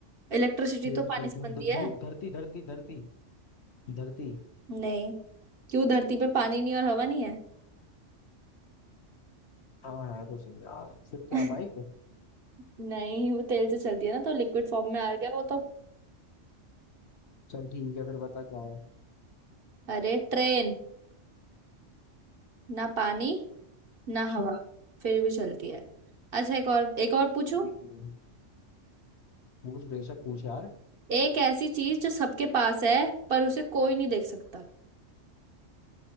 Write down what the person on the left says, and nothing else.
फिर
भी चलती
हूँ
ध-
धूप धरती धरती धरती धरती
हाँ है कुछ नहीं यार फिर क्या
बाइक
चल ठीक है फिर बता क्या
है
हम्म। पूछ बेशक पूछ यार